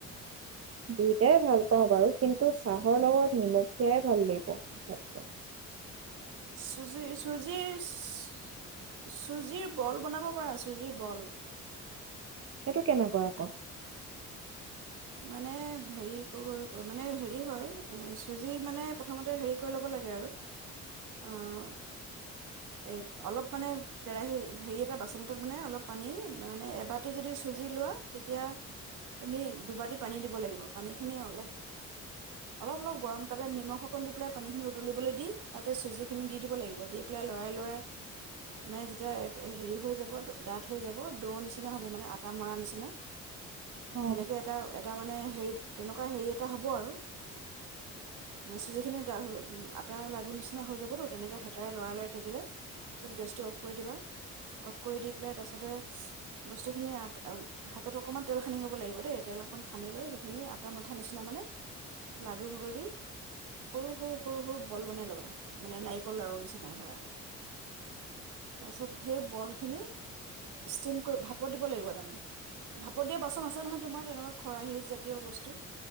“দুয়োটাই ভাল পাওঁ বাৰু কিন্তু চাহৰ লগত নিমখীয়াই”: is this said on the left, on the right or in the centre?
Right